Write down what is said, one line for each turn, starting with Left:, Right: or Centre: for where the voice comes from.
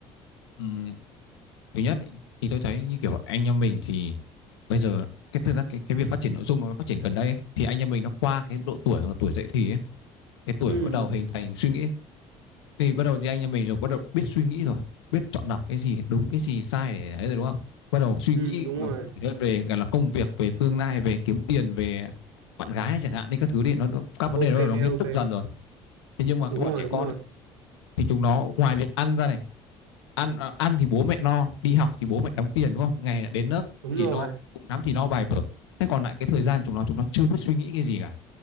Left: ừ, thứ nhất ấy, thì tôi thấy như kiểu anh em mình thì bây giờ cái thực ra cái, cái việc phát triển nội dung nó phát triển gần đây ấy, thì anh em mình nó qua cái độ tuổi độ tuổi dậy thì ấy cái tuổi
Right: ừ
Left: bắt đầu hình thành suy nghĩ thì bắt đầu như anh em mình rồi bắt đầu biết suy nghĩ rồi biết chọn lọc cái gì đúng cái gì sai để ấy rồi đúng không bắt đầu suy
Right: ừ
Left: nghĩ
Right: đúng
Left: là
Right: rồi
Left: cụ thể hơn về gọi là công việc về tương lai về kiếm tiền về bạn gái chẳng hạn đi các thứ đi nó nó- các vấn đề
Right: ok
Left: đó là nó nghiêm
Right: ok
Left: túc dần rồi thế nhưng mà
Right: đúng
Left: cái bọn
Right: rồi
Left: trẻ
Right: đúng
Left: con
Right: rồi
Left: thì chúng nó ngoài việc ăn ra này ăn à, ăn thì bố mẹ no đi học thì bố mẹ đóng tiền đúng không ngày đến lớp
Right: đúng
Left: cũng chỉ
Right: rồi
Left: no cùng lắm thì no bài vở thế còn lại cái thời gian chúng nó chúng nó chưa biết suy nghĩ cái gì cả